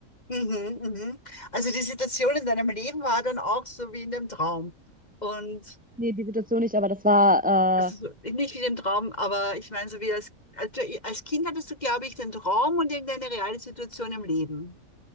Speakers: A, on the left (about 30°); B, in the centre.
A: Mhm, mhm. Also die Situation in deinem Leben war dann auch so wie in dem Traum. Und
B: Nee, die Situation nicht, aber das war,
A: also so- nicht wie im Traum, aber ich meine, so wie als, als, du- als Kind hattest du, glaube ich, den Traum und irgendeine reale Situation im Leben.